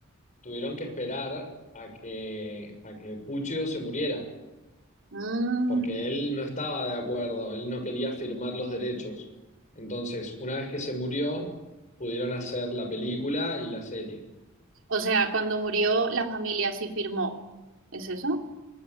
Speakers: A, on the left; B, on the right.
A: tuvieron que esperar a que, a que Puccio se muriera.
B: Mm,
A: porque él no estaba de acuerdo, él no quería firmar los derechos. Entonces, una vez que se murió, pudieron hacer la película y la serie.
B: O sea, cuando murió la familia sí firmó. ¿Es eso?